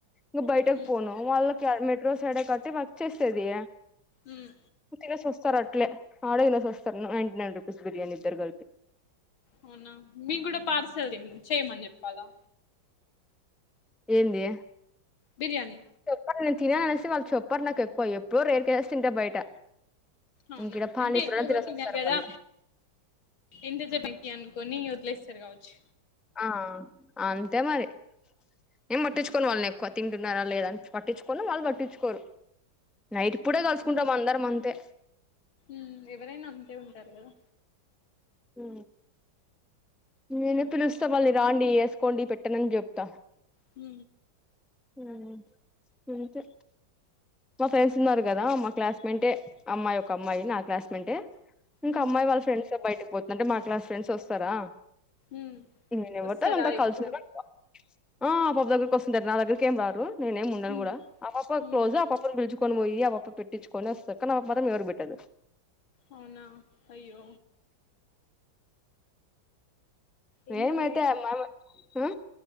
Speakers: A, in the centre; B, on the left.
A: ఇం బయటకి
B: ఉమ్
A: పోను వాళ్ళ మెట్రో సైడ్ యి కట్టి వర్క్ చేసేది
B: ఉమ్
A: తినేసోస్తరాళ్ ట్లే ఆదె తినేసోస్తారు నైంటీ నైన్ రుపీస్ బిర్యానీి ఇద్దరు కలిపి
B: అవునా మీ కూడా పార్సల్ తే చేయమని చెప్పాలా
A: <inaudible> ఏంది
B: బిర్యానీి
A: మరి నేను తినేసి వాళ్ళు చెప్పారు నాకు ఎక్కువ ఎప్పుడో రేర్కేస్తే తింటా బయట
B: అవునా
A: ఇంక ఈడ పానీపూరి
B: అంటే ఎట్లాగో
A: అన్న తినేసి
B: తిన్నారు
A: వస్తారు
B: కదా
A: వాళ్ళు
B: ఎంత చెప్పకి అను కొన్ని వదిలేస్తారు కావచ్చు
A: ఆ అంతే మరి ఏం పట్టించుకోను వాళ్ళని ఎక్కువ తింటున్నారా లేదాని పట్టించుకొను వాళ్ళు పట్టించుకోరు నైట్ పూటే కలుసుకుంటాం అందరం అం ంతే
B: ఉ ఎవరైనా అంతే ఉంటారు కదా
A: హు నేనే పిలుస్తా మళ్ళీ రాండి ఏసుకోండి పెటండి అని చెప్తా
B: హ
A: ఆ అంతే మా ఫ్రెండ్స్ ఉన్నారు కదా మా క్లాస్మేటే ఏ అమ్మాయి ఒక అమ్మాయి నా క్లాస్మేటే ఇంకా
B: ఉమ్
A: అమ్మాయి వాళ్ళ ఫ్రెడ్స్తో బయటక్ పోతుందంటే మా క్లాస్ ఫ్రెండ్స్ వస్తారా
B: ఉమ్
A: నిను ఎవరితో
B: వస్తారా
A: అంత కలిసి
B: ఎప్పుడు
A: ఉండను ఎక్కువ ఆ పది దగ్గరికోస్ నా దగ్గరకిం ఎం రాారు నేనెం ఉండను
B: ఉమ్
A: కూడా ఆ పాప కి
B: ఉమ్
A: క్లోజ ఆ పాప్ పిలుచుకొని పోయి అపాపకి పెటించుకొని వస్తాది కాని ఆమే మాత్రం ఎవరుకిపెట్టదు
B: అవునా అయ్యొ ఏం
A: ఎమైతే
B: కాదులే
A: అం ఆమె ఆ